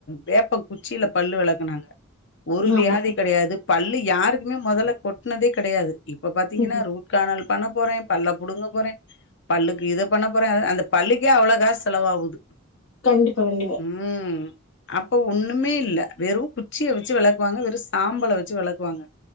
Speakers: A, on the left (about 55°); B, on the left (about 75°).
A: வேப்பங் குச்சில பல்லு வெளக்குனாங்க ஒரு
B: ஆமா
A: வியாதி கெடயாது பல்லு யாருக்குமே மொதல்ல கொட்னதே கெடயாது இப்ப பாத்தீங்கன்னா
B: ம்
A: ரூ ட் காணல் பண்ண போறே பல்ல புடுங்க போறே பல்லுக்கு இத பண்ண போறே அ அந்த பல்லுக்கே அவ்ளோ காசு செலவாவுது
B: கண்டிப்பா கண்டிப்பா
A: ம் அப்போ ஒண்ணுமே இல்ல வெறு குச்சிய வச்சு வெளக்குவாங்க வெறு சாம்பல வச்சு வெள க்குவாங்க